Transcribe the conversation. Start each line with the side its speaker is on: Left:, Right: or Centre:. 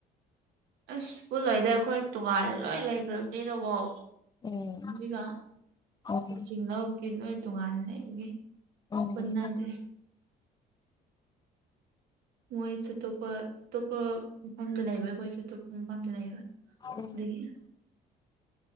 Right: ꯑꯁ ꯄꯨꯜꯂꯣꯏꯗ ꯑꯩꯈꯣꯏ ꯇꯣꯉꯥꯟꯅ ꯂꯣꯏ ꯂꯩꯈ꯭ꯔꯕꯅꯦ ꯂꯩꯅꯀꯣ ꯍꯧꯖꯤꯛꯀꯥꯟ
Left: ꯎꯝ ꯎꯝ
Right: ꯈꯣꯢ ꯆꯤꯡꯅꯕꯒꯤ ꯅꯣꯢ ꯇꯣꯉꯥꯟꯅ ꯂꯩꯕꯒꯤ
Left: ꯎꯝ
Right: ꯄꯨꯟꯅꯗ꯭ꯔꯤ ꯃꯣꯏꯁꯨ ꯑꯇꯣꯞꯄ ꯑꯇꯣꯞꯄ ꯃꯐꯝꯗ ꯂꯩꯕꯩ ꯑꯩꯈꯣꯏ ꯁꯨ ꯑꯇꯣꯞꯄ ꯃꯐꯝꯗ ꯂꯩꯕ
Left: ꯎꯝ
Right: ꯑꯗꯨꯒꯤ